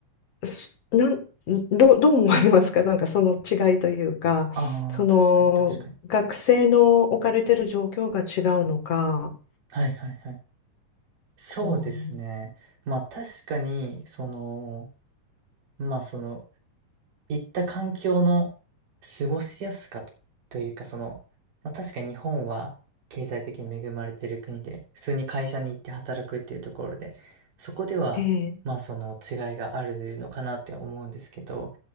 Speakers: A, on the left; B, on the right.
A: すなんどう、どう思われますかなんかその違いというかその学生の置かれてる状況が違うのか
B: ああ、確かに確かに。はいはいはい。そうですね。
A: こう
B: まあ確かに、その、まあその行った環境の過ごしやすかというか、その、まあ、確かに日本は経済的に恵まれてる国で、普通に会社に行って働くっていうところで、そこでは、
A: ええ
B: まあその違いがあるのかなって思うんですけど、